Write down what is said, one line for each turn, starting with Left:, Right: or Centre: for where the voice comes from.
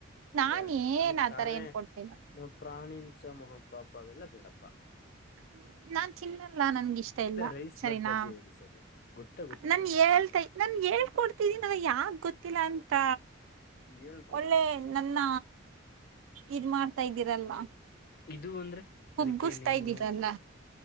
Left: ಅಂದ್ರೆ
Right: ನಾನ್
Left: ತಮಗ್
Right: ಏನ್ ಆತರ
Left: ತಾಮೇ
Right: ಏನ್ ಕೊಡ್ತೀನ
Left: ನ ಪ್ರಾಣಿ ಹಂಸ ಮಹಪಪ ಅವೆಲ್ಲಾ ಬಿೇಡಪ್ಪ
Right: ಹ ನಾನ್ ತಿನ್ನಲ್ಲ ನನ್ಗ ಇಷ್ಟ ಇಲ್ಲ
Left: ರೈಸ್
Right: ಸರಿನಾ
Left: ಬಾತ್ ಬಗ್ಗೆ ಹೇಳಿ ಸರ್ ಗೊತ್ತಾ ಗೊತ್ತಿಲ್ವಾ
Right: ನನ್ ಹೇಳ್ತೈ
Left: ಹೇಳಿ
Right: ನನ್ ಹೇಳ್ಕೊಡ್ತಿದ್ದಿ ನನ ಯಾಾಗ ಗೊತ್ತಿಲ್ಲ ಅಂತ
Left: ಹೇಳ್ಕೊಡಿ
Right: ಒಳ್ಳೆ ನನ್ನ ಇದ ಮಾಡ್ತಾ ಇದ್ದೀರಲ್ಲ
Left: ಇದು ಅಂದ್ರೆ
Right: ಕುಗ್ಗಿಸ್ತಾ
Left: ಅದಕ್ಕೆ ನೇಮ
Right: ಇದ್ದೀರಲ್ಲ